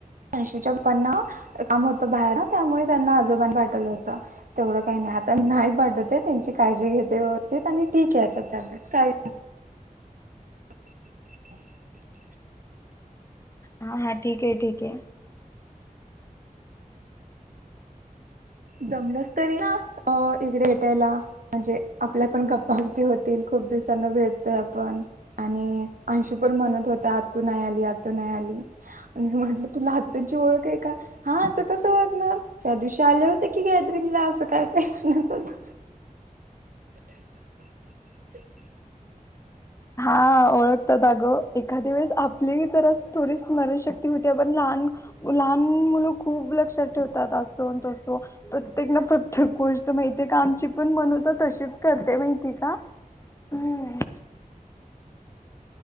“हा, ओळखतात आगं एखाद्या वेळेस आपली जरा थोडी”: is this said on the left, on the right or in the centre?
Left